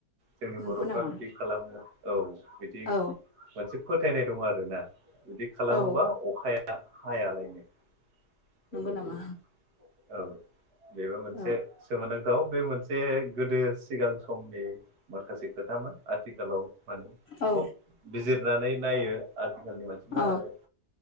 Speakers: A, on the right; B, on the left.
A: जोंनि
B: नंगौ
A: बर'फ्रा
B: नामा
A: बिदि खालामो औ बिदि
B: औ
A: मोनसे फोथायनाय दं आरोना बिदि खालामोबा
B: औ
A: अखाया हायालायनो
B: नंगौ
A: औ
B: नामा
A: बेबो मोनसे।
B: औ
A: सोमोन्दांथाव बे मोनसे गोदो सिगां समनि माखासे खोथामोन आथिखालाव माने
B: औ
A: खुब बिजिरनानै नायो आथिखालनि मानसिफ्रा
B: औ
A: आरो